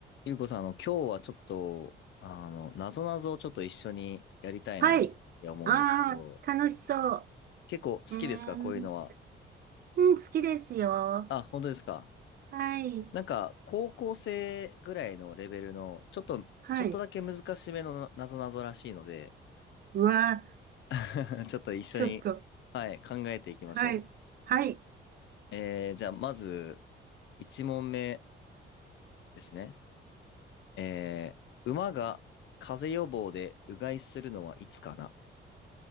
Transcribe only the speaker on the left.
ゆうこさん、あの、今日はちょっと、あの、なぞなぞをちょっと一緒にやりたいなって思うんですけど、
結構好きですかこういうのは。
あ、本当ですか
なんか、高校生ぐらいのレベルの、ちょっと、
ちょっとだけ難しめのななぞなぞらしいので、
<laughs> ちょっと一緒に、
はい、考えていきましょ
う。えー、じゃあ、まず、1問目ですね。えー、馬が風邪予防でうがいするのはいつかな